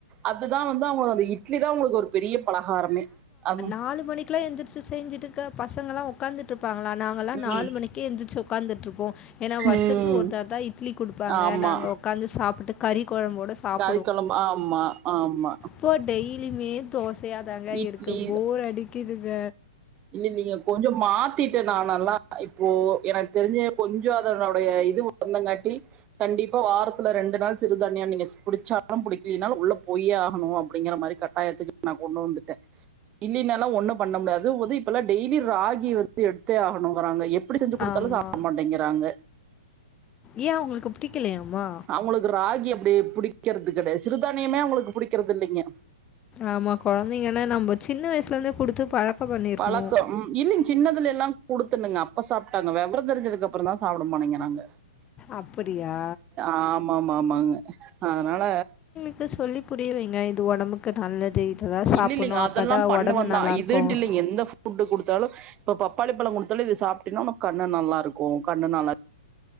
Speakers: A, on the right; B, on the left.
A: அதுதா வந்து அவுங்கள அந்த இட்லி தா அவுங்களுக்கு ஒரு பெரிய பலகாரமே அம்
B: நாலு மணிக்குல்லா எளுத்திரிச்சு செஞ்சட்டுயிருக்க பசங்க எல்லா உட்காந்துட் இர்ப்பாங்களா நாங்க எல்லா
A: ம்
B: நாலு மணி கே எந்திர்ச்சு உக்காந்துட்ருப்போ ஏனா வருஷத்துல
A: ம்
B: ஒருத்தர் தா இட்லி குடுப்பாங்க
A: ஆமா
B: நாங்க உக்காந்து சாப்பிட்டு கறி கொழம்போடு சாப்
A: காய்க்கொழம்பு ஆமா ஆமா
B: இப்போ டெய்லியுமே தோசையா தாங்க
A: இட்லி
B: இருக்கு போர் அடிக்குதுங்க
A: இல்லெல்லிங்க கொஞ்சோ மாத்திட்டே நானெல்லா இப்போ எனக்கு தெரிஞ்சு கொஞ்சோ அதெனுடைய இது சொந்தங்காட்டி கண்டிப்பா வாரத்துல ரெண்டு நாள் சிறுதனியா நீங்க பிடிச்சாலு படிக்கனாலு உள்ள போயே ஆகுணு அப்டிங்கிற மாதிரி கண் கட்டாயத்துக்கு நா கொண்டு வந்துட்டே இல்லைனாலா ஒண்ணு பண்ண முடியாது இப்பெல்லா டெய்லி ராகி வந்து எடுத்தே ஆகுணுங்கிறாங்க எப்டி செஞ்சு குடுத்தாலு
B: ஆமா.
A: சாப்பிட மாட்டேங்கிறாங்க
B: ஏ அவுங்களுக்கு புடிக்கலையாமா
A: அவுங்களுக்கு ராகி அப்டி புடிக்கிறது கெடைய சிறுதானியமே அவுங்களுக்கு பிடிக்கிறது இல்லிங்க
B: ஆமா கொழந்தைங்கன்னா நம்ம சின்ன வயசுல இருந்தே குடுத்து பழக்கம் பண்ணிருக்குணு
A: பழக்கம் ம், இல்லைங்க சின்னதுல எல்லா குடுத்துணனுங்க அப்ப சாப்பிட்டாங்க வெவரோ தெரிஞ்சதுக்கு அப்றோ தா சாப்பிடமாட்டங்கீறாங்க
B: அப்டியா
A: ஆமா ஆமா ஆமாங்க அதனால
B: த்து சொல்லி புரிய வெங்க இது ஒடம்புக்கு நல்லது இதெல்லாம் சாப்பிட்ணும்
A: இல்லிலங்க
B: அப்போ
A: அதெல்லா
B: தான்
A: பண்ணவதா
B: உடம்பு நல்லாயிருக்கும்
A: இதுட்டு இல்லலிங்க எந்த ஃபுட் குடுத்தாலு இப்ப பப்பாளி பழோ குடுத்தாலு இது சாப்ட்டினா உனக்கு கண்ணு நல்லா இருக்கு கண்ணு நல்லா